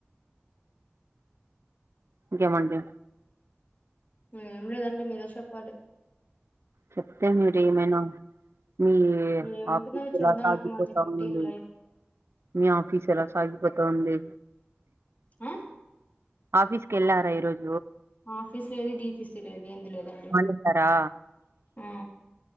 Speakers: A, on the right; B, on the left.
A: ఇంకేమండీ
B: ఏం లేదండి మీరే చెప్పాలి
A: చెప్తే మీరు ఏమైనా మీ
B: ఏముంటుందని
A: ఆఫీస్ ఎలా
B: చెప్పడానికి
A: సాగిపోతా
B: మాది రొటీన్
A: ఉందండి
B: లైఫ్
A: మీ ఆఫీస్ ఎలా సాగిపోతా ఉంది
B: ఆ
A: ఆఫీస్ కెల్లారా ఈ రోజ్
B: ఆఫీస్ లేదు గీఫీసు లేదు ఎంది లేదండి
A: మానేశారా
B: ఆ